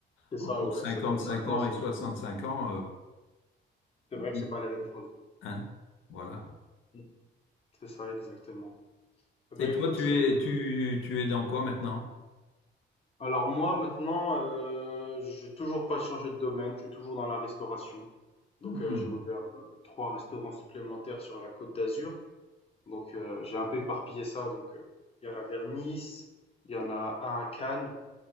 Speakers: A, on the left (about 30°); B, on the left (about 80°).
A: C'est
B: entre
A: ça, ouais,
B: 55
A: 55 ans,
B: ans
A: c'est
B: et 65 ans, euh,
A: c'est vrai que
B: il-
A: c'est pas la même chose.
B: hein, voilà.
A: Mmh. C'est ça, exactement. Eh ben
B: Et
A: écoute,
B: toi, tu
A: heu,
B: es, tu, tu es dans quoi maintenant?
A: alors moi maintenant, heu, j'ai toujours pas changé de domaine, je suis toujours dans la restauration. Donc,
B: Hmm,
A: euh, j'ai ouvert euh, trois restaurants supplémentaires sur la Côte d'Azur. Donc, euh, j'ai un peu éparpillé ça. Donc, euh, il y en a vers Nice, il y en a un à Cannes,